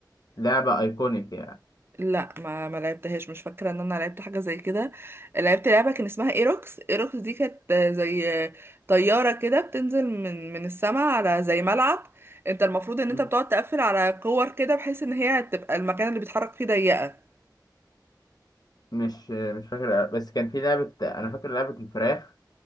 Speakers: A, on the left; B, on the right.
A: لعبة أيكونيك يعني
B: لا ما ما لعبتهاش مش فاكره ان انا لعبت حاجه زي كده لعبت لعبه كان اسمها ايروكس ايروكس دي كانت زي طياره كده بتنزل من من السماء على زي ملعب انت المفروض ان
A: مم.
B: انت بتقعد تقفل على كور كده بحيث ان هي تبقى المكان اللي بيتحرك فيه ضيقه
A: مش مش فاكر بس كان في لعبة أنا فاكر لعبة الفراخ